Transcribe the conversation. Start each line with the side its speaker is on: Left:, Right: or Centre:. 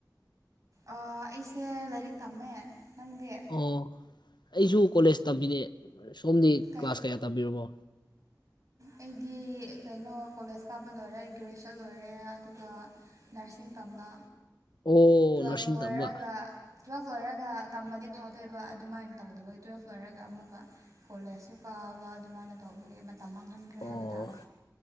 Right: ꯑ ꯑꯩꯁꯦ ꯂꯥꯏꯔꯤꯛ ꯇꯝꯃꯦ ꯅꯪꯗꯤ
Left: ꯑꯣ ꯑꯩꯁꯨ ꯀꯣꯂꯦꯖ ꯇꯝꯃꯤꯅꯦ ꯁꯣꯝꯗꯤ
Right: ꯀꯩ
Left: ꯀ꯭ꯂꯥꯁ ꯀꯌꯥ ꯇꯝꯕꯤꯔꯕꯣ
Right: ꯑꯩꯗꯤ ꯀꯩꯅꯣ ꯀꯣꯂꯦꯖ ꯀꯥꯕ ꯂꯣꯏꯔꯦ ꯒ꯭ꯔꯦꯖꯨꯌꯦꯁꯟ ꯂꯣꯏꯔꯦ ꯑꯗꯨꯒ ꯅꯔꯁꯤꯡ ꯇꯝꯕ
Left: ꯑꯣ
Right: ꯇꯨꯋꯦꯜꯐ
Left: ꯅꯔꯁꯤꯡ
Right: ꯂꯣꯏꯔꯒ
Left: ꯇꯝꯕ
Right: ꯇꯨꯋꯦꯜꯐ ꯂꯣꯏꯔꯒ ꯇꯝꯃꯗꯤ ꯐꯗꯣꯏꯕ ꯑꯗꯨꯃꯥꯏꯅ ꯇꯧꯗꯕꯒꯤ ꯇꯨꯋꯜꯐ ꯂꯣꯏꯔꯒ ꯑꯃꯨꯛꯀ ꯀꯣꯂꯦꯖꯁꯨ ꯀꯥꯕ ꯑꯗꯨꯃꯥꯏꯅ ꯇꯧꯕꯒꯤ ꯃꯇꯝ ꯃꯥꯡꯍꯟꯈ꯭ꯔꯦ
Left: ꯑꯣ
Right: ꯍꯥꯏꯕ ꯇꯥꯔꯦ